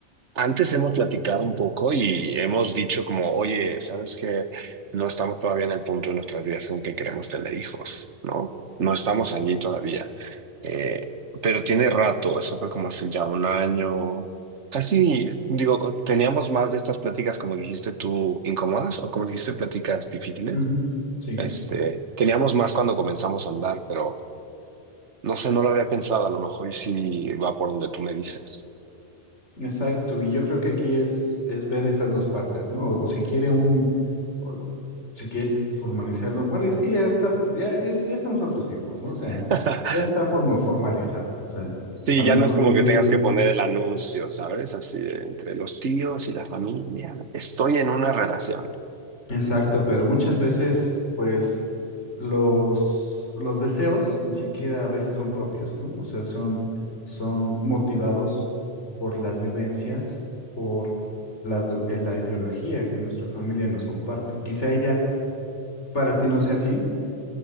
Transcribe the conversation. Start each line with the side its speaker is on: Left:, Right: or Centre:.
Right: Antes hemos platicado un poco y hemos dicho como, oye, ¿sabes qué? No estamos todavía en el punto de nuestras vidas en que queremos tener hijos, ¿no? No estamos allí todavía. Eh, pero tiene rato, eso fue como hace ya un año, casi, digo, teníamos más de estas pláticas, como dijiste tú, incómodas o como dijiste, pláticas difíciles.
Left: Ujú. Sí,
Right: Este, teníamos más cuando comenzamos a andar, pero no sé, no lo había pensado, a lo mejor y sí va por donde tú me dices.
Left: exacto. Y yo creo que aquí es, es ver esas dos partes, ¿no? O, o si quiere un, o si quiere formalizarlo. Bueno, es que ya está, ya, ya, es- ya estamos a otros tiempos, ¿no? O sea,
Right: <laughs>
Left: ya está formo- formalizado. O sea,
Right: Sí,
Left: a lo
Right: ya
Left: mejor
Right: no es como
Left: lo
Right: que
Left: que
Right: tengas
Left: ella,
Right: que poner el anuncio, ¿sabes? Así de entre los tíos y la familia. Estoy en una relación.
Left: Exacto, pero muchas veces, pues, los, los deseos ni siquiera a veces son propios, ¿no? O sea, son, son motivados por las vivencias, por las, do- eh, la ideología que nuestra familia nos comparte. Quizá ella para ti no sea así,